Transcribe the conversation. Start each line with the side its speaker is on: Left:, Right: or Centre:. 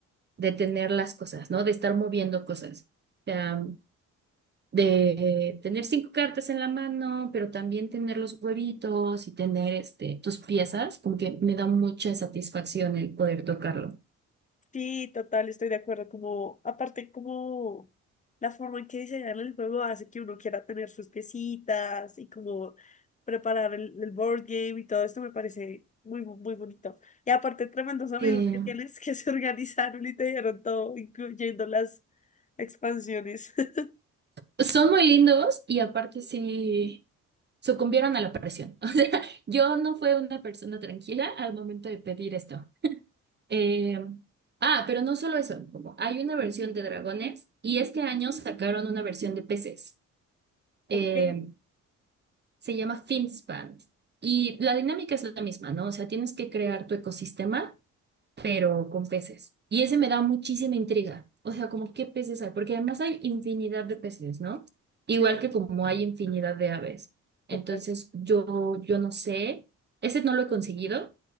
Right: de tener las cosas, ¿no? De estar moviendo cosas. O sea, de tener cinco cartas en la mano, pero también tener los huevitos y tener este, tus piezas, como que me da mucha satisfacción el poder tocarlo.
Left: Sí, total, estoy de acuerdo. Como, aparte, como la forma en que diseñan el juego hace que uno quiera tener sus piecitas y como preparar el, el board game y todo esto me parece muy, bu- muy bonito. Y aparte, tremendos amigos
Right: Eh,
Left: que tienes <laughs> que se organizaron y te dieron todo, incluyendo las expansiones. <laughs>
Right: son muy lindos y aparte sí sucumbieron a la presión. <laughs> O sea, yo no fui una persona tranquila al momento de pedir esto. Eh, ah, pero no solo eso, como hay una versión de dragones y este año sacaron una versión de peces. Eh,
Left: Ok,
Right: se llama Finspan. Y la dinámica es la misma, ¿no? O sea, tienes que crear tu ecosistema, pero con peces. Y ese me da muchísima intriga. O sea, como qué peces hay, porque además hay infinidad de peces, ¿no? Igual
Left: sí,
Right: que como hay infinidad de aves. Entonces,
Left: total.
Right: yo, yo no sé, ese no lo he conseguido,